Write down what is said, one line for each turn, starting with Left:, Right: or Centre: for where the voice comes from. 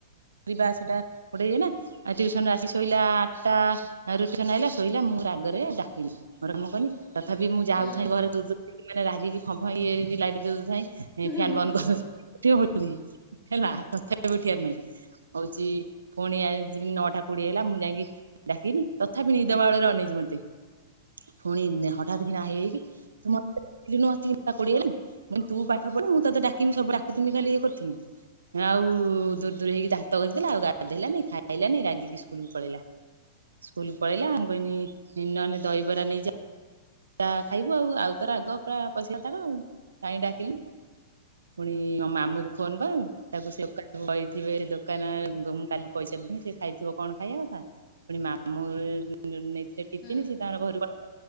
Right: ଯିବା ସେଟା ଗୋଟେ ଇଏ ନାଁ। ଆ ଟିଉସନରୁ ଆସି ଶୋଇଲା ଆଠଟା ରୁଟିଖଣ୍ଡେ ଆଇଲା ଶୋଇଲା ମୁଁ ରାଗରେ ଡାକିଲି। ଘର କାମ କଲି। ତଥାପି ମୁଁ ଯାଉଥାଏ
Left: ହୁଁ
Right: ଘରେ ଦୂ ଦକି ମାନେ ରାଗିକି ଫମ୍ଫ ଫମ୍ଫ ଲାଇଟ୍ ଦେଇ ଦଉ ଥାଏ
Left: ହଁ
Right: ଫ୍ୟାନ୍ ବନ୍ଦ କରି <unintelligible> ହେଲା ତଥା ବି ଉଠିବାର ନାହିଁ। ହଉଛି ପୁଣି ଆ ଯିବି ନଅଟା କୋଡିଏ ହେଲା ମୁଁ ଯାଇକି ଡାକିନି ତଥାପି ନିଦବାଉଲାରେ ଅନେଇଛି ମତେ ପୁଣି ହଠାତ୍ କିନା ଆଇ ଆଇକି ତୁ ମ ଉଠୁନୁ ଆସିକି ତିନି ଟା କୋଡିଏ ହେଲାଣି ମୁଁ କହିଲି ତୁ ପାଠ ପଢ଼ିବୁ ମୁଁ ତତେ ଡାକି ବି ସବୁବେଳେ ଡାକୁଥିମି ଖାଲି ଇଏ କରୁଥିବି। ଆଉ ଦୁ ଦୂରୁ ଦୂରୁ ହେଇକି ଦାନ୍ତ ଘସିଲା ଆଉ ଗାଧେଇଲାନି ଖାଇଲାନି ରାଗିକି ସ୍କୁଲକୁ ପଳେଇଲା। ସ୍କୁଲ ପଳେଇଲା ମୁଁ କହିନି ନହଲେ ଦହିବରା ନେଇଯା। ତା ଖାଇବୁ ଆଉ ଆଉ ତାର ରାଗ ପୁରା ପସିଲା ତାର ଆଉ କାହିଁକି ଡାକିଲୁ ଫୁଣି ମାମୁଁଙ୍କୁ ଫୋନ୍ କଲୁ ତାକୁ ସେଉ କାଟି କହିଥିବେ ଦୋକାନ ମୁଁ କାଲି ପଇସା ଦେବି ସେ ଖାଇଥିବ କଣ ଖାଇବା କଥା ପୁଣି ମାମୁଁ ନେଇଥିଲେ ଟିଫିନି
Left: ହୁଁ
Right: ସେ ତାଙ୍କର ଘରୁ